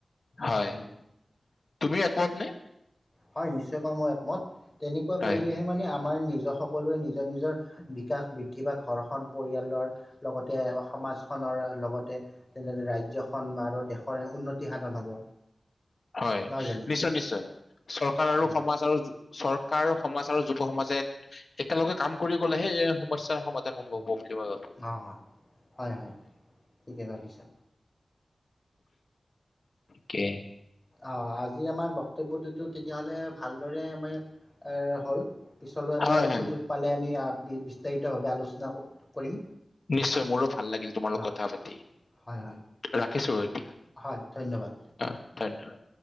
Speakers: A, on the left; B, on the left.
A: হয়
B: উম
A: তুমি একমত নে
B: হয় নিশ্চয় কৈ মই একমত তেনেকুৱা
A: হয়
B: কৰিলে সেই মানে আমাৰ নিজৰ সকলোৰে নিজৰ নিজৰ বিকাশ বৃদ্ধি বা ঘৰখন পৰিয়ালৰ লগতে সমাজখনৰ লগতে তেনে দৰে ৰাজ্যখন আৰু দেশৰ উন্নতি সাধন হব।
A: হয়
B: নহয় জানো
A: নিশ্চয় নিশ্চয় চৰকাৰ আৰু
B: অ
A: সমাজ আৰু চৰকাৰ আৰু সমাজ আৰু যুৱ সমাজে একেলগে কাম কৰি গ'লেহে এই সমস্যাৰ সমাধান সম্ভৱ হ'ব বুলি মই ভাবো।
B: অ, অ, হয় হয় ঠিকে ভাবিছা।
A: কি
B: অ' আজিৰ আমাৰ বক্তব্যটোতো তেতিয়াহ'লে ভালদৰে আমি এ হ'ল। পিছলৈ আমি
A: হয়
B: আৰু
A: হয়
B: সুযোগ পালে আমি বিস্তাৰিতভাৱে আলোচনা কৰিম।
A: নিশ্চয় মোৰো ভাল লাগিল তোমাৰ লগত
B: অ
A: কথা পাতি,
B: হয় হয়
A: ৰাখিছো এতিয়া।
B: হয় ধন্যবাদ।
A: হয় ধন্যবাদ।